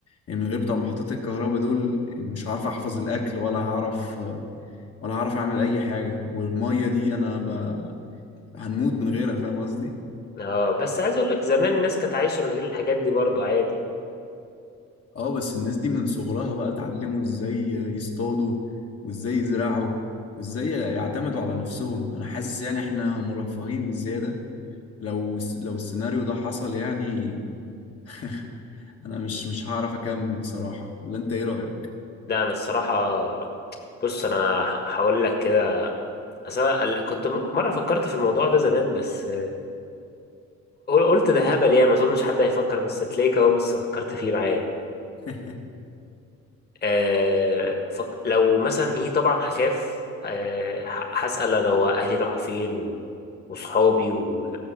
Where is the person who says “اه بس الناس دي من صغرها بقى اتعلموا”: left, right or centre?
Left